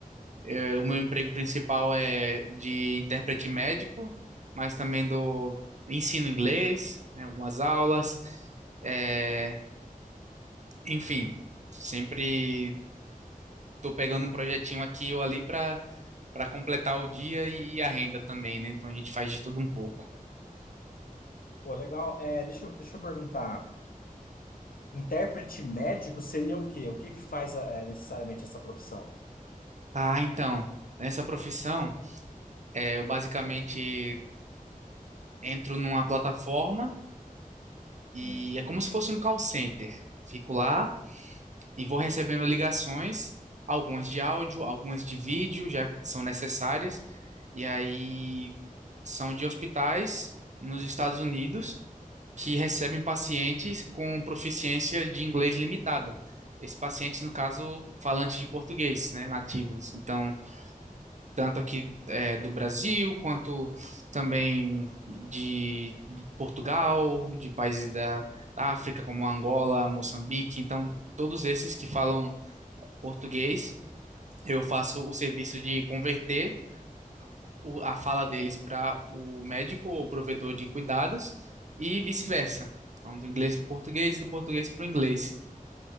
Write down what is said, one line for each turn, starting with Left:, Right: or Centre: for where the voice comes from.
Right: eu- o meu emprego principal é de intérprete médico, mas também do ensino inglês, né, algumas aulas. É, enfim, sempre tô pegando um projetinho aqui ou ali para para completar o dia e, e a renda também, né? Então a gente faz de tudo um pouco.
Left: Pô, legal. É, deixa eu, deixa eu perguntar. Intérprete médico seria o quê? O que que faz é, necessariamente essa profissão?
Right: Ah, então, nessa profissão, é, eu basicamente entro numa plataforma e
Left: Hum.
Right: é como se fosse um call center. Fico lá e vou recebendo ligações, algumas de áudio, algumas de vídeo, já que são necessárias, e aí são de hospitais nos Estados Unidos que recebem pacientes com proficiência de inglês limitada. Esses pacientes, no caso, falantes de português, né, nativos. Então, tanto aqui é, do Brasil, quanto também de, de Portugal, de países da, da África, como Angola, Moçambique. Então, todos esses que falam português, eu faço o serviço de converter o- a fala deles para o médico ou provedor de cuidados e vice-versa. Então, do inglês para o português, do português para o inglês.